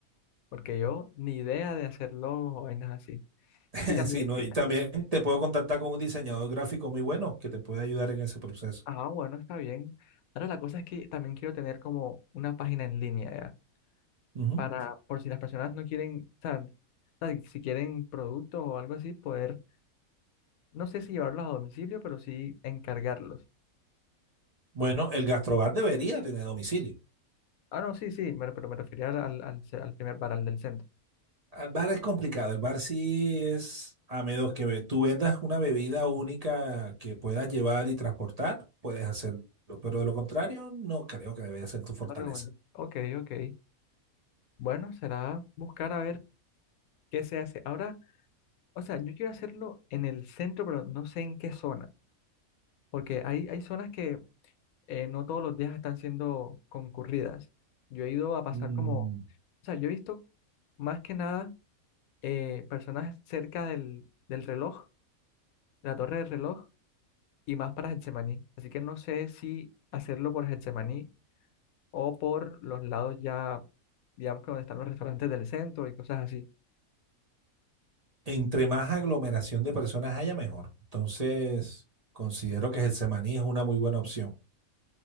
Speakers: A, on the left (about 80°); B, on the right (about 30°).
A: porque yo ni idea de hacer logos o vainas así.
B: <laughs>
A: Y también,
B: sí, ¿no?
A: sí,
B: Y también te puedo contactar con un diseñador gráfico muy bueno que te puede ayudar en ese proceso.
A: Ah, bueno, está bien. Ahora la cosa es que también quiero tener como una página en línea ya,
B: Ujú.
A: para por si las personas no quieren, o sea, o sea, si si quieren productos o algo así, poder, no sé si llevarlos a domicilio, pero sí encargarlos.
B: Bueno, el gastrobar debería tener domicilio.
A: Ah, no, sí, sí, me- pero me refería al, al, al ce- al primer bar, del centro.
B: El bar es complicado. El bar sí es, a menos que ve- tú vendas una bebida única que puedas llevar y transportar, puedes hacerlo. Pero de lo contrario, no creo que debería ser tu fortaleza.
A: No recomendé. Ok, ok. Bueno, será buscar a ver qué se hace. Ahora, o sea, yo quiero hacerlo en el centro, pero no sé en qué zona, porque hay, hay zonas que eh, no todos los días están siendo concurridas. Yo he ido a pasar
B: Mm,
A: como, o sea, yo he visto más que nada eh, personas cerca del, del reloj, de la torre del reloj, y más para Getsemaní. Así que no sé si hacerlo por Getsemaní o por los lados ya, digamos que donde están los restaurantes del centro y cosas así.
B: Entre más aglomeración de personas haya, mejor. Entonces, considero que el semaní es una muy buena opción,